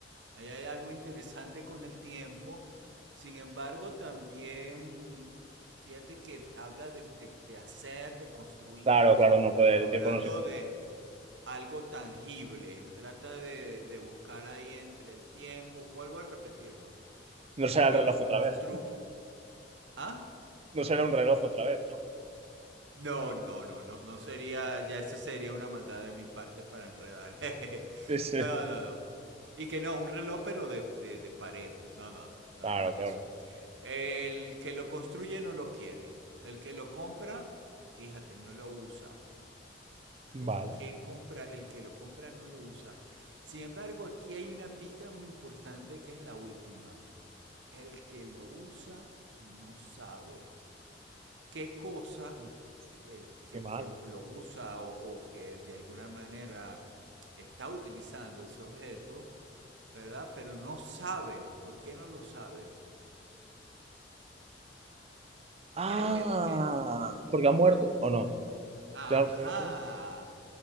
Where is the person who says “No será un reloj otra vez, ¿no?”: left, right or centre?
Right